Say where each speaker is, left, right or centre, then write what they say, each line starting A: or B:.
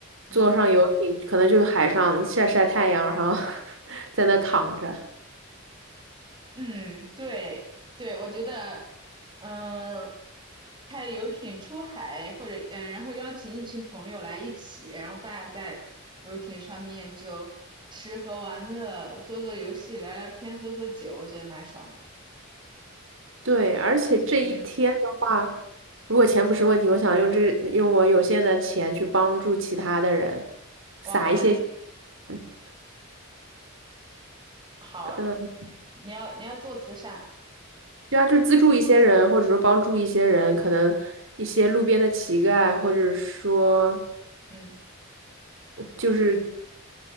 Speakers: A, on the right (about 25°); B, on the right (about 65°).
A: 嗯。
B: 坐上游艇，可能就是海上晒晒太阳，然后 <laughs> 在那躺着。
A: 嗯，对对，我觉得，嗯，开游艇出海，或者嗯，呃然后邀请一群朋友来一起，然后大家在游艇上面就吃喝玩乐，做做游戏，聊聊天，喝喝酒，我觉得蛮爽的。
B: 对，而且这一天的话，
A: 嗯，
B: 如果钱不是问题，我想用这用我有限的钱去帮助其他的人，
A: 哇，
B: 撒一些钱，
A: 你
B: 嗯，
A: 好，
B: 呃
A: 你要你要做慈善，
B: 对啊，就资助一些人，或者说帮助一些人，可能一些路边的乞丐，或者说
A: 嗯
B: 就是